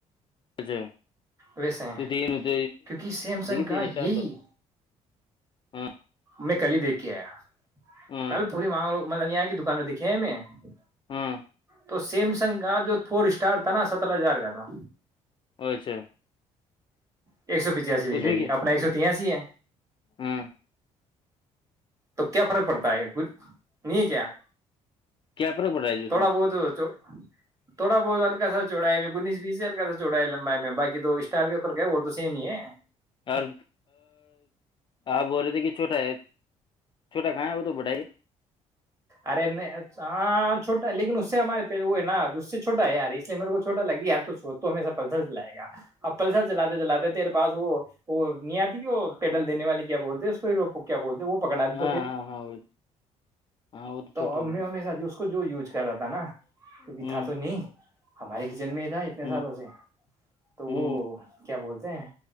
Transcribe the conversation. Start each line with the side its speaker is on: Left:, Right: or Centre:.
Left: اچھا
Right: ویسے ہیں
Left: م ل د
Right: کیونکہ سیمسنگ کا
Left: ت
Right: یہی
Left: اسار تو ہاں
Right: میں ک ہی دیکھھی کیا
Left: ہاں
Right: کل پوری مانگ لو مطلب یہاں کی دکان میں دیکھے ہیں ہم
Left: ہاں
Right: تو سیمسنگ کا جو فور اسٹار تھا نا سترہ ہزار کا تھا
Left: اچھا
Right: ایک سو پچاسی لیٹر
Left: اس میں
Right: یہ
Left: کیا
Right: اپنا ایک سو تیاسی ہے
Left: ہاں
Right: تو کیا فرق پڑتا ہے کچھ نہیں ہے کیا
Left: کیا پرغ پڑ رہا ہے جی اس
Right: تھوڑا
Left: میں
Right: بہت تھوڑا بہت ہلک سا چوڑا گیس بیس سے ہلکا سا چوڑایا لمبا میں بای اسٹار کے اوپر کا وہ تو سیم ہی ہے
Left: اور آپ بول رہے تھے کہ چھوٹا ہے چھوٹا کھایا ہے وہ تو بٹائیے
Right: ارے نہیں آ چھٹا ہے لیکن اس سے ہمارے پ وہ ہے نا اس سے چھوا ہے یار اس لیے میرے کو چھوٹا لگی ی تو سو ہشا پلسر چلائے گا اب پلسر چلاتے چلاتے تیرے پاس وہ وہ نہیں آتی وہ پیڈل دینے والے کیا بولتے پھر وہ کیا بولتے وہ پکڑا دیتے
Left: ہاں
Right: پھر
Left: ہاں ہاں وہ ہاں وہ
Right: تو
Left: چھوٹا
Right: اب
Left: ہی
Right: میں ہمیشہ جو اس کو جو یوز کر رہا تھا نا کیونکہ
Left: ہے
Right: تھا تو نہیں ہمارے کچن میں ہی تھا اتنے
Left: ہ
Right: سالوں سے تو وہ
Left: ہ
Right: کیا بولتے ہیں